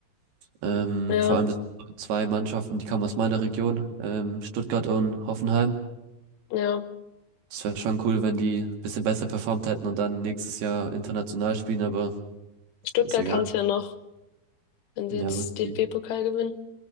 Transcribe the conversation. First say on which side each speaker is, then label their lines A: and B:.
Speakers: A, on the right (about 70°); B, on the left (about 80°).
A: Ähm,
B: Ja,
A: vor allem das sind so zwei Mannschaften, die kommen aus meiner Region, ähm, Stuttgart und Hoffenheim.
B: ja.
A: Es wäre schon cool, wenn die ein bisschen besser performt hätten und dann nächstes Jahr international spielen, aber
B: Stuttgart
A: ist egal.
B: kann es ja noch, wenn sie
A: Ja,
B: jetzt
A: richtig.
B: DFB-Pokal gewinnen.